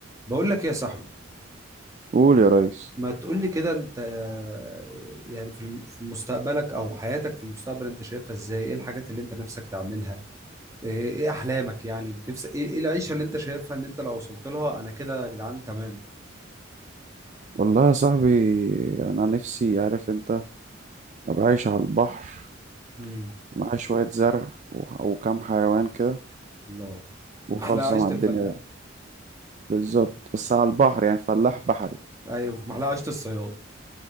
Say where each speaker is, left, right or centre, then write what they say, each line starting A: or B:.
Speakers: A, on the right; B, on the right.
A: بقول لك إيه يا صاحبي
B: قول يا ريس
A: ما تقول لي كده انت آه، يعني في الم- في مستقبلك او حياتك في المستقبل انت شايفها ازاي ايه الحاجات اللي انت نفسك تعملها ايه إيه احلامك يعني نفسك ايه إيه العيشة اللي انت شايفها ان انت لو وصلت لها انا كده يا جدعان تمام
B: والله يا صاحبي انا نفسي عارف انت ابقى عايش على البحر
A: امم
B: ومعايا شوية زرع و- وكام حيوان كده
A: الله
B: وخالصة
A: محلاها عيشة
B: مع الدنيا
A: الفلاح
B: بقى بالظبط بس على البحر يعني فلاح بحري
A: ايوه محلاها عيشة الصياد